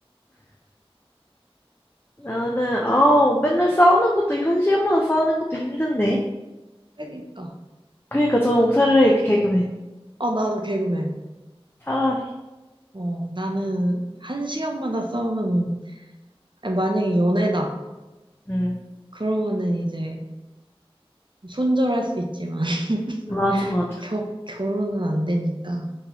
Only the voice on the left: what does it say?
나는 아우 맨날 싸우는 것도 한 시간마다 싸우는 것도 힘든데.
그러니까 저는 옥살라리 개그맨
차라리.
응
맞아 맞아